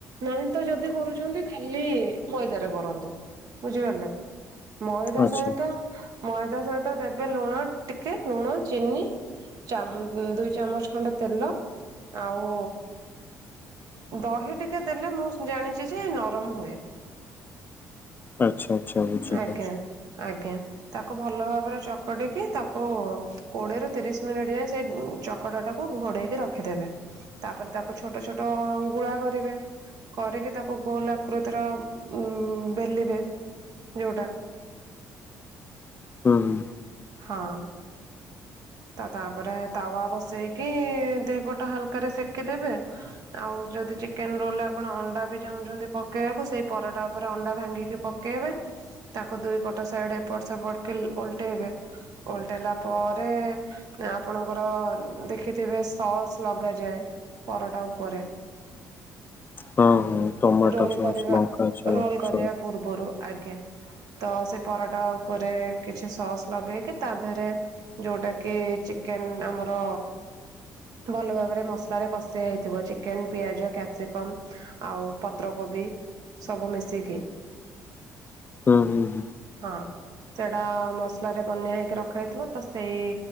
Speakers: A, on the right; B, on the left.
A: ନାହିଁ ତ ଯଦି କରୁଛନ୍ତି ଖାଲି ମଇଦାରେ କରନ୍ତୁ। ବୁଝିପାରିଲେ। ମଇଦା
B: ଆଚ୍ଛା
A: ସହିତ ମଇଦା ସହିତ ଦେବେ ଲୁଣ ଟିକେ ଲୁଣ ଚିନି। ଚ୍ୟାମ୍ ଦୁଇ ଚାମଚ ଖଣ୍ଡେ ତେଲ। ଆଉ ଦହି ଟିକେ ଦେଲେ ମୁଁ ଜାଣିଛି ଯେ ନରମ ହୁଏ।
B: ଆଚ୍ଛା ଆଚ୍ଛା ବୁଝିଲି।
A: ଆଜ୍ଞା ଆଜ୍ଞା ତାକୁ ଭଲ ଭାବରେ ଚକଡିକି ତାକୁ କୋଡିଏରୁୁ ତିରିଶ୍ ମିନିଟ୍ ଯାଏ ସେ ଚକଡା ଟାକୁ ଘୋଡେଇକି ରଖିଦେବେ। ତାପରେ ତାକୁ ଛୋଟ ଛୋଟ ଗୁଳା କରିବେ। କରିକି ତାକୁ ଗୋଲ ଆକୃତିର ଉ ବେଲିବେ। ଯୋଉଟା।
B: ହୁଁ ହୁଁ।
A: ହଁ। ତ ତାପରେ ତାୱା ବସେଇକି ଦି ପଟ ହାଲକାରେ ସେକିଦେବେ। ଆଉ ଯଦି ଚିକେନ୍ ରୋଲରେ ଆପଣ ଅଣ୍ଡା ବି ଚାହୁଁଛନ୍ତି ପକେଇବାକୁ। ସେଇ ପରଟା ଉପରେ ଅଣ୍ଡା ଭାଙ୍ଗିକି ପକେଇବେ। ତାକୁ ଦୁଇ ପଟ ସାଇଡ୍ ଏପଟ ସେପଟକ ଓଲଟେଇବେ। ଓଲଟେଇଲା ପରେ ଆପଣଙ୍କର ଦେଖିଥିବେ ସସ୍ ଲଗାଯାଏ। ପରଟା ଉପରେ।
B: ହଁ ହଁ ଟମାଟୋ
A: ରୋଲ୍
B: ସସ୍
A: କରିବା।
B: ଲଙ୍କା ସସ୍
A: ରୋଲ୍ କରିବା
B: ସସ୍
A: ପୂର୍ବରୁ। ଆଜ୍ଞା ତ ସେ ପରଟା ଉପରେ କିଛି ସସ୍ ଲଗେଇକି ତା ଦେହରେ ଯୋଉଟା କି ଚିକେନ୍ ଆମର ଭଲ ଭାବରେ ମସଲାରେ କଷିଆ ହେଇଥିବ। ଚିକେନ୍ ପିଆଜ କ୍ୟାପ୍ସିକମ ଆଉ ପତ୍ର କୋବି ସବୁ ମିଶିକି।
B: ହୁଁ ହୁଁ ହୁଁ।
A: ହଁ ସେଟା ମସଲାରେ ବନ୍ୟା ହେଇକି ରଖା ହେଇଥିବ। ତ ସେଇ